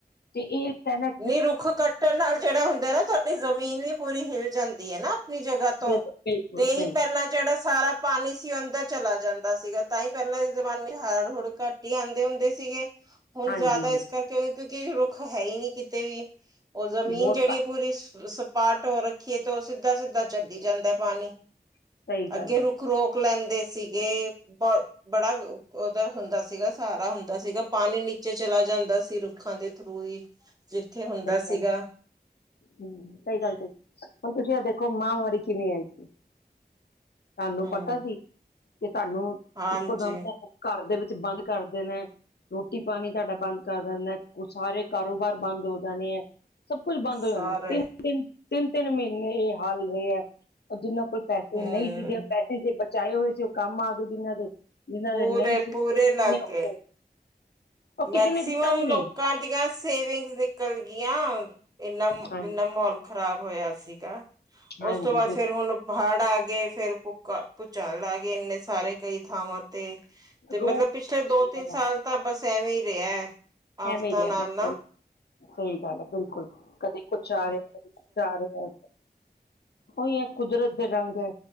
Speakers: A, on the left; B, on the right.
A: ਤੇ ਇਹ ਤੇ ਨਾ
B: ਨੀ ਰੁੱਖ ਕੱਟਣ ਨਾਲ ਜਿਹੜਾ ਹੁੰਦਾ ਨਾ ਤੁਹਾਡੀ ਜ਼ਮੀਨ ਵੀ ਪੂਰੀ ਹਿਲ ਜਾਂਦੀ ਹੈ ਨਾ ਆਪਣੀ ਜਗਾ ਤੋਂ,
A: ਬਿਲਕੁਲ ਬਿਲਕੁਲ
B: ਤੇ ਇਹੀ
A: ਬਿਲਕੁਲ
B: ਪਹਿਲਾਂ ਜਿਹੜਾ ਸਾਰਾ ਪਾਣੀ ਸੀ ਅੰਦਰ ਚਲਾ ਜਾਂਦਾ ਸੀਗਾ ਤਾਂ ਹੀ ਪਹਿਲਾਂ ਜ਼ਮਾਨੇ ਹੜ ਹੁੜ ਘੱਟ ਹੀ ਆਉਂਦੇ ਹੁੰਦੇ ਸੀਗੇ। ਹੁਣ
A: ਹਾਂਜੀ
B: ਜ਼ਿਆਦਾ ਇਸ ਕਰਕੇ ਕਿਉਂਕਿ ਰੁੱਖ ਹੈ ਹੀ ਨੀ ਕਿਤੇ ਵੀ। ਉਹ ਜ਼ਮੀਨ
A: ਬਹੁਤ
B: ਜਿਹੜੀ
A: ਘੱਟ
B: ਹੈ ਪੂਰੀ ਪਾਟ ਹੋ ਰੱਖੀ ਏ ਤੇ ਉਹ ਸਿੱਧਾ-ਸਿੱਧਾ ਚੱਲੀ ਜਾਂਦਾ ਪਾਣੀ,
A: ਸਹੀ ਗੱਲ
B: ਅੱਗੇ
A: ਹੈ
B: ਰੁੱਖ ਰੋਕ ਰੋਕ ਲੈਂਦੇ ਸੀਗੇ ਪਰ ਬੜਾ ਉਹਦਾ ਹੁੰਦਾ ਸੀਗਾ ਸਹਾਰਾ ਹੁੰਦਾ ਸੀਗਾ ਪਾਣੀ ਨੀਚੇ ਚਲਾ ਜਾਂਦਾ ਸੀ ਰੁੱਖਾਂ ਦੇ ਥਰੂ ਹੀ। <unintelligible>
A: ਸਹੀ
B: ਸੀਗਾ
A: ਗੱਲ। ਹੂੰ ਸਹੀ ਗੱਲ ਤੇ ਹੁਣ ਤੁਸੀਂ ਆ ਦੇਖੋ ਮਹਾਂਮਾਰੀ ਕਿਵੇਂ ਆਈ ਸੀ। ਸਾਨੂੰ
B: ਹਮ
A: ਪਤਾ ਸੀ, ਕਿ ਸਾਨੂੰ
B: ਹਾਂਜੀ
A: ਇੱਕੋ ਦਮ ਘਰ ਦੇ ਵਿੱਚ ਬੰਦ ਕਰਦੇ ਨੇ। ਰੋਟੀ-ਪਾਣੀ ਤੁਹਾਡਾ ਬੰਦ ਕਰ ਦਿੰਦਾ, ਸਾਰੇ ਕਾਰੋਬਾਰ ਬੰਦ ਹੋ ਜਾਨੇ ਏ ਸਭ ਕੁਛ ਬੰਦ ਹੋ
B: ਸਾਰੇ
A: ਜਾਂਦਾ ਤਿੰਨ-ਤਿੰਨ, ਤਿੰਨ-ਤਿੰਨ ਮਹੀਨੇ ਇਹ ਹਾਲ ਰਹੇ ਆ। ਜਿਹਨਾਂ ਕੋਲ ਪੈਸੇ
B: ਹਮ
A: ਨਹੀਂ ਸੀਗੇ ਪੈਸੇ ਜੇ ਬਚਾਏ ਹੋਏ ਸੀ ਉਹ ਕੰਮ ਆਗੇ ਜਿਹਨਾਂ ਦੇ। ਜਿਨਾ
B: ਪੂਰੇ
A: ਦੇ ਨਹੀਂ ਸੀ,
B: ਪੂਰੇ
A: ਉਹ
B: ਲੱਗ
A: ਕਿੰਨੇ ਔਖੇ
B: ਗਏ
A: ਹੋਏ। ਉਹ ਕਿਸੇ
B: ਮੈਕਸੀਮਮ
A: ਨੇ ਦਿੱਤਾ ਵੀ ਨਹੀਂ
B: ਲੋਕਾਂ ਦੀਆਂ ਸੇਵਿੰਗਸ ਨਿਕਲ ਗੀਆਂ। ਇੰਨਾ,
A: ਹਾਂਜੀ
B: ਇੰਨਾ ਮਾਹੌਲ ਖ਼ਰਾਬ ਹੋਇਆ ਸੀਗਾ
A: ਹਾਂਜੀ
B: ਉਸ ਤੋਂ ਬਾਅਦ
A: ਬਿਲਕੁਲ
B: ਫੇਰ ਹੁਣ ਹੜ ਆ ਗਏ ਫੇਰ ਭੁੱਕ ਭੁਚਾਲ ਆ ਗਏ ਇੰਨੇ ਸਾਰੇ ਕਈ ਥਾਵਾਂ ਤੇ ਤੇ ਮਤਲਬ
A: ਰੋ
B: ਪਿਛਲੇ ਦੋ-ਤਿੰਨ
A: ਸਹੀ ਗੱਲ
B: ਸਾਲ
A: ਹੈ
B: ਤਾਂ ਬਸ ਐਵੇਂ ਹੀ ਰਿਹਾ ਹੈ। ਆਫ਼ਤਾਂ
A: ਐਵੇਂ ਈ ਰਿਹਾ
B: ਨਾਲ
A: ਬਿਲਕੁਲ।
B: ਨਾ
A: ਸਹੀ ਗੱਲ ਹੈ ਬਿਲਕੁਲ, ਕਦੇ ਕੁਛ ਆ ਰਿਹਾ ਕਦੇ ਕੁਛ ਆ ਰਿਹਾ। ਉਹੀ ਹੈ ਕੁਦਰਤ ਦੇ ਰੰਗ ਐ,